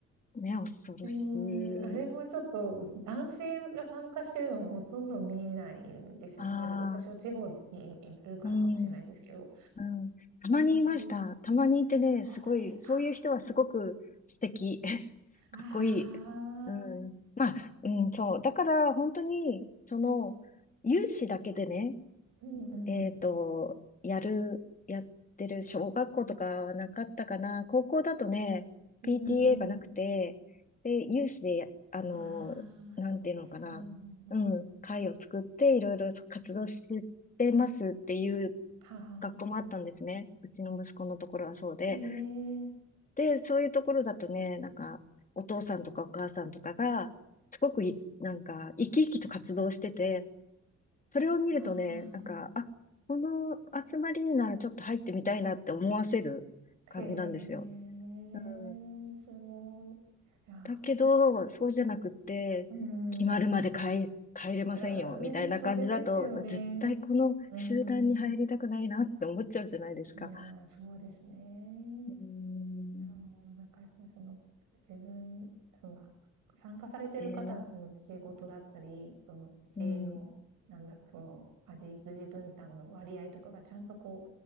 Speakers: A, on the left; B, on the right.
A: ね、恐ろしい。
B: うーん、あれもちょっと、男性が参加してるのをほとんど見ないんですよね。
A: ああ、
B: まあ、で、私は地方にいるからかもしれないですけど、
A: うん、うん。たまにいました。
B: あんまり
A: たまにいてね、
B: 本当ですか。
A: すごい、そういう人はすごく素敵。<laughs> かっこいい。
B: ああ。
A: うん。まあ、うん、そう。だから、本当に、その、有志だけでね、
B: うんうんうん
A: えっと、やる、やってる小学校とかはなかったかな。高校だとね、
B: うん。
A: PTA がなくて、
B: うーん。
A: で、有志でや、あの、
B: ああ、
A: なんていうのかな。
B: 集まって。うんうんうん。
A: うん、会を作っていろいろ活動してますっていう
B: はあはあはあはあ。
A: 学校もあったんですね。うちの息子のところはそうで。
B: ええ。
A: で、そういうところだとね、なんか、お父さんとかお母さんとかが、すごくい、なんか、生き生きと活動してて、それを見るとね、
B: ああ。
A: なんか、あ、この集まりにならちょっと入ってみたいなって思わせる感じなんですよ。
B: へえ、
A: うん、
B: すごい。いや
A: だけど、そうじゃなくって、
B: ー、うーん、
A: 決まるまで帰、
B: あ
A: 帰れませんよ、
B: ーね、
A: みたいな感じだと、
B: それですよね。
A: 絶対この集団に入りたくないなって思っちゃうじゃないですか。
B: うーん。いやー、そうですね。
A: うん、
B: そう、なんからやっぱりその、自分、その、は参加されてる方のその仕事だったり、
A: えー
B: その家庭の、
A: うん、
B: なんだろ、その、家事育児分担の割合とかがちゃんとこ